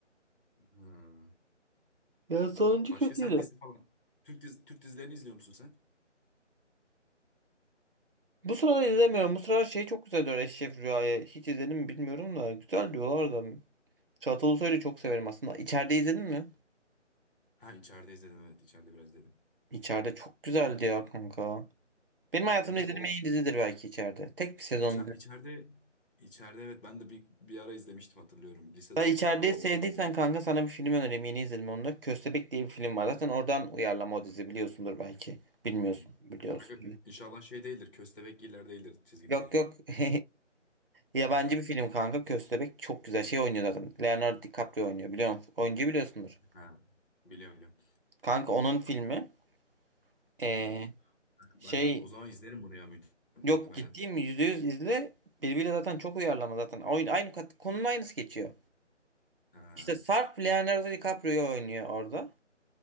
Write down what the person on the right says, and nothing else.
Ya
sonuncu
kötüydü.
Bu sırada izlemiyorum. Bu sıralar şey çok güzel diyor Eşref Rüya'yı. Hiç izledim mi bilmiyorum da. Güzel diyorlar da. Çağatay Ulusoy'u çok severim aslında. İçeride izledin mi?
İçeride çok güzeldi ya kanka. Benim hayatımda
izlediğim
en iyi dizidir belki içeride. Tek bir sezon
Sen
içeriği sevdiysen
kanka sana bir film önereyim. Yeni izledim onu da. Köstebek diye bir film var. Zaten oradan uyarlama o dizi biliyorsundur belki. Bilmiyorsun.
biliyorsun
Yok
yok.
<laughs> Yabancı bir film kanka. Köstebek çok güzel şey oynuyor zaten. Leonardo DiCaprio oynuyor. Biliyor musun? Oyuncu biliyorsundur.
Kanka onun filmi ee,
şey
yok ciddiyim yüzde yüz izle. Birbiriyle zaten çok uyarlama zaten. Oyun, aynı kat- konunun aynısı geçiyor.
İşte Sarp Leonardo DiCaprio oynuyor orada.